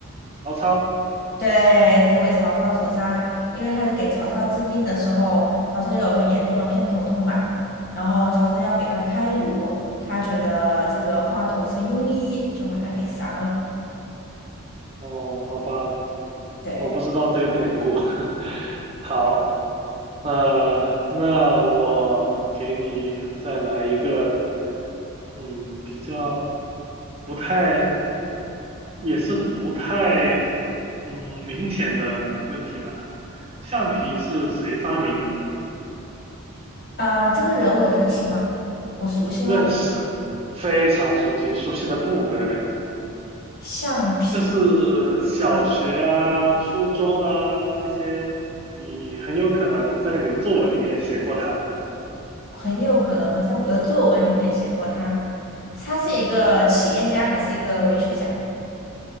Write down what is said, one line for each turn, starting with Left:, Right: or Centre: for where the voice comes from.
Right: 曹操？
Left: 对，他是为曹操所杀，因为他在给曹操治病的时候，曹操有很严重的偏头痛嘛，然后曹操要给他开颅，他觉得这个华佗是庸医，就把他给杀了。
Right: 哦，好吧，
Left: 对，
Right: 我不知道这个典故。<laughs> 好。呃，那我给你再来一个，嗯，比较不太，也是不太，嗯，明显的问题吧。橡皮是谁发明的？
Left: 啊、这个人我认识吗？我熟悉吗？
Right: 认识，非常熟悉，熟悉的不得了。
Left: 橡皮
Right: 就是小学啊、
Left: 啊，
Right: 初中啊那些，你很有可能在你的作文里面写过他。
Left: 很有可能在我的作文里面写过他。他是一个企业家还是一个文学家？